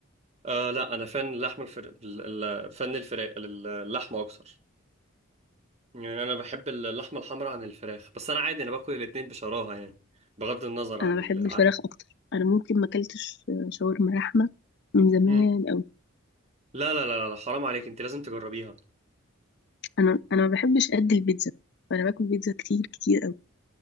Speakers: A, on the right; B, on the left.
A: آه لا أنا فن اللحمة الفر... ال- ال- فن الفراخ ال- اللحمة أكتر يعني أنا بحب اللحمة الحمراء عن الفراخ بس أنا عادي أنا باكل الاتنين بشراهة يعني بغض النظر عن
B: انا
A: ال...
B: بحب الفراخ
A: عن
B: اكتر انا ممكن ما اكلتش شاورما لحمة من زمان
A: مم.
B: قوي
A: لا لا لا لا حرام عليك أنت لازم تجربيها
B: انا انا ما بحبش قد البيتزا انا باكل بيتزا كتير كتير قوي